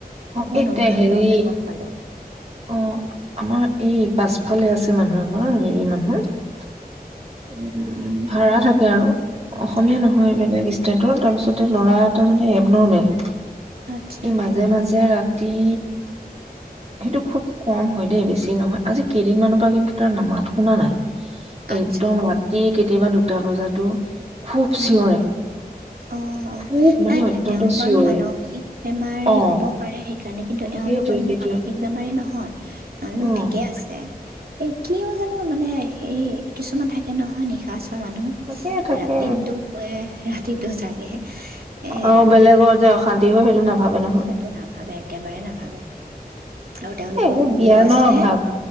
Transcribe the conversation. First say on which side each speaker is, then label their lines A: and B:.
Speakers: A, on the right; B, on the right.
A: অ
B: অকমান
A: এইতে
B: উম-ঘাম
A: হেৰি
B: লওঁতে গ'ম পালোঁ।
A: অ', আমাৰ এই, পাছফালে আছে মানুহ এঘৰ, হে কি মানুহ। উম, ভাৰা থাকে আৰু। অসমীয়া
B: হয়
A: নহয়
B: হয়
A: বেলেগ ষ্টেটৰ। তাৰপিছতে ল'ৰা এটা মানে এ নৰ্মেল। ই
B: আচ্ছা
A: মাজে, মাজে ৰা এই সেইটো খুব কম হয় দেই, বেছি নহয়। আজি কেইদিনমানৰ পৰা কিন্তু তাৰ না মাত শুনা নাই।
B: আচ্ছা।
A: একদম ৰাতি কেতিয়াবা দুটা বজাতো খুব
B: ও,
A: চিঞৰে
B: ও, ও। অ', অ',
A: খুব মানে
B: নাই, নাই
A: অত্যন্ত
B: তেওঁ
A: চিঞৰে
B: বাৰু মানসিক বেমাৰী
A: অ
B: হ'ব পাৰে, সেই <unintelligible> কাৰণে কিন্তু
A: সেইটোৱে
B: এওঁলোক মানে
A: সেইটোৱে
B: মানসিক বেমাৰী নহয়। এওঁলোক
A: অ
B: ঠিকেই আছে। এ কিয় জানো মানে হে কিছুমান থাকে নহয় নিশা মানুহ
A: থাকে থাকে
B: ৰা দিনটো শুৱে ৰাতিত টোহ জাগে। এই
A: অ',
B: আৰু
A: বেলেগৰ যে অশান্তি <unintelligible> নহয়
B: সেইটো নাভাবে, একেবাৰে নাভাবে আৰু তেওঁলোকৰ
A: এই এইবিলাক
B: কুকুৰো
A: জ্ঞানৰ
B: আছে
A: অভাৱ